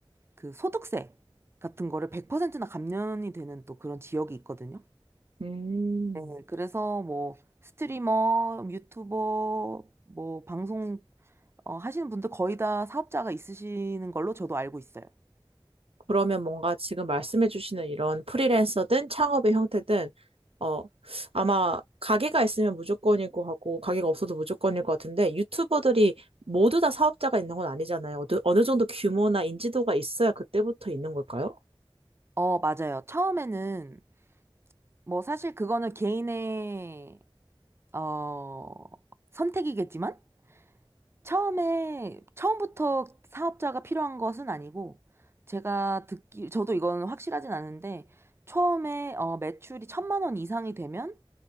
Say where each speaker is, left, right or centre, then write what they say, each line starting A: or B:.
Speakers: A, on the right; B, on the right.
A: 그 소득세 같은 거를 100%나 감면이 되는 또 그런 지역이 있거든요.
B: 음,
A: 네, 그래서 뭐 스트리머, 유튜버, 뭐 방송 어, 하시는 분들 거의 다 사업자가 있으시는 걸로 저도 알고 있어요.
B: 그러면 뭔가 지금 말씀해 주시는 이런 프리랜서든 창업의 형태든 어 아마 가게가 있으면 무조건이고 하고 가게가 없어도 무조건일 것 같은데 유튜버들이 모두 다 사업자가 있는 건 아니잖아요. 어느, 어느 정도 규모나 인지도가 있어야 그때부터 있는 걸까요?
A: 어, 맞아요. 처음에는 뭐 사실 그거는 개인의 어, 선택이겠지만 처음에 처음부터 사업자가 필요한 것은 아니고 제가 듣기 저도 이건 확실하진 않은데 처음에 어, 매출이 천만 원 이상이 되면